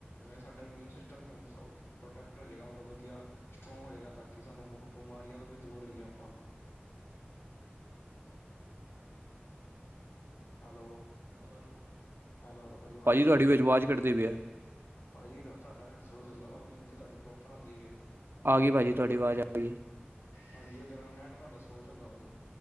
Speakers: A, on the left; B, on the right.
A: ਸਾਡਾ ਇਮਿਊਨ ਸਿਸਟਮ ਵੀ ਪ੍ਰੋਟੈਕਟ ਹੋ ਜਾਏਗਾ ਮਤਲਬ ਵਧੀਆ। ਸਟਰੋਂਗ ਹੋ ਜਾਏਗਾ, ਤਾਂ ਕਿ ਸਾਨੂੰ ਬਿਮਾਰੀਆਂ ਤੋਂ ਵੀ ਦੂਰ ਰਹੀਏ ਆਪਾਂ ਹੈਲੋ, ਹੈਲੋ, ਹੈਲੋ ਭਾਜੀ ਆਵਾਜ਼ ਆਈ।
B: ਤੁਹਾਡੀ ਵਿੱਚ ਆਵਾਜ਼ ਕੱਟਦੀ ਪਈ ਹੈ
A: ਭਾਜੀ ਤੁਹਾਡਾ ਰਿਸੋਸਦਾ ਵਾ ਮੈਨੂੰ ਤਾਂ ਤੁਹਾਡੀ ਪ੍ਰੋਪਰ ਆਉਂਦੀ ਵੀ ਆ।
B: ਆ ਗਈ ਭਾਜੀ ਤੁਹਾਡੀ ਆਵਾਜ਼ ਆ ਗਈ।
A: ਹਾਂਜੀ। ਉਰ ਨੈਟ ਤੁਹਾਡਾ ਸਲੋਅ ਚੱਲਦਾ ਵਾ ਜੇ।